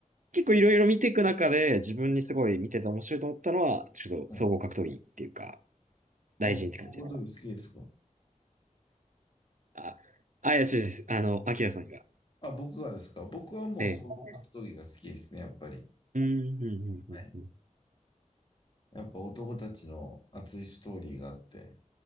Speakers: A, on the right (about 70°); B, on the left (about 35°).
A: 結構いろいろ見ていく中で、自分にすごい見てて面白いと思ったのは、ちょっと総合格闘技っていうか、
B: はい。あ、
A: 大臣って感じですか。
B: 総合格闘技好きですか
A: あ、あ、いや、違う違う、あの、アキラさんが。
B: あ、僕がですか僕はもう総合格闘技が好きですね、
A: ええ。
B: やっぱり。
A: うん、うん、うん、うん。
B: はい
A: うん
B: やっぱ男たちの熱いストーリーがあって、